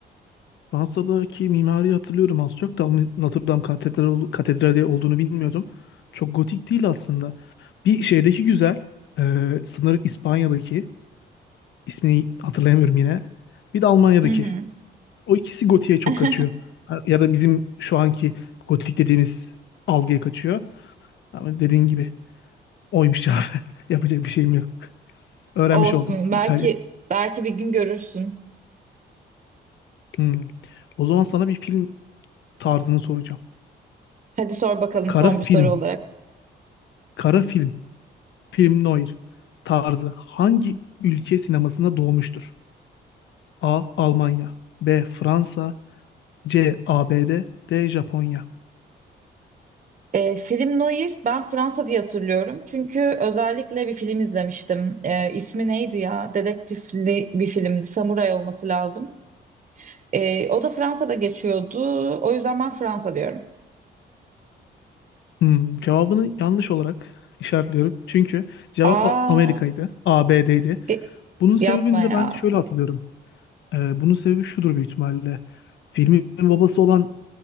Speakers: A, on the left; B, on the right.
A: Fransa'daki mimari hatırlıyorum az çok da ama Notre Dame katedral, katedrali olduğunu bilmiyordum. Çok gotik değil aslında. Bir şeydeki güzel, e, sanırım İspanya'daki, ismini hatırlayamıyorum yine. Bir de Almanya'daki.
B: Hı hı.
A: O ikisi gotiğe çok
B: <laughs>
A: kaçıyor. Ha, Ya da bizim şu anki gotik dediğimiz algıya kaçıyor. Ama dediğin gibi oymuş ya. <laughs> Yapacak bir şeyim yok. Öğrenmiş
B: Olsun.
A: oldum.
B: Belki
A: İtalya.
B: belki bir gün görürsün.
A: Hmm. O zaman sana bir film tarzını soracağım.
B: Hadi sor bakalım
A: Kara
B: son
A: film.
B: bir soru olarak.
A: Kara film. Film noir tarzı hangi ülke sinemasında doğmuştur? A. Almanya B. Fransa C. ABD D. D. Japonya
B: E, film Noir ben Fransa diye hatırlıyorum. Çünkü özellikle bir film izlemiştim. E, ismi neydi ya? Dedektifli bir filmdi. Samuray olması lazım. E, o da Fransa'da geçiyordu. O yüzden ben Fransa diyorum.
A: Hmm, cevabını yanlış olarak işaretliyorum. Çünkü cevap
B: Aa,
A: A- Amerika'ydı. ABD'ydi.
B: ge-
A: Bunun sebebini
B: yapma
A: de
B: ya.
A: ben şöyle hatırlıyorum. Ee, bunun sebebi şudur büyük ihtimalle. Filmin babası olan